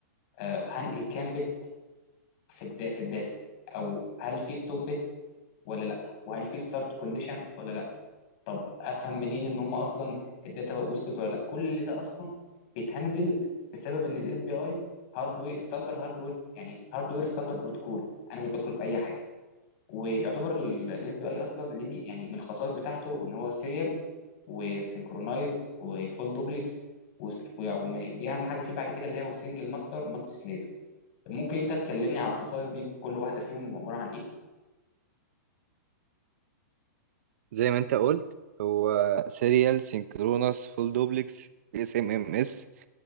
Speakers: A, on the left; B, on the right.
A: آه هنقل كام بت في الدا في الداتا او هل في ستوب بت ولا لا وهل في ستارت كونديشن ولا لا افهم منين ان هم اصلا الداتا وصلت ولا لا كل ده اصلا بيتهندل بسبب ان الاس بي اي هاردوير ستاندر هاردوير يعني هاردوير ستاندر بروتوكول انا مش بدخل في اي حاجه ويعتبر الاس بي اي اصلا ليه مي- يعني من الخصائص بتاعته ان هو سيريال وسينكرونايز وفول دوبلكس ودي اهم حاجه فيه بعد كده اللي هي سنجل ماستر مالتي سليف ممكن انت تكلمني على الخصائص دي كل واحده فيهم عباره عن ايه
B: زي ما انت قلت هو سيريال سينكرونس فول دوبلكس اس ام ام اس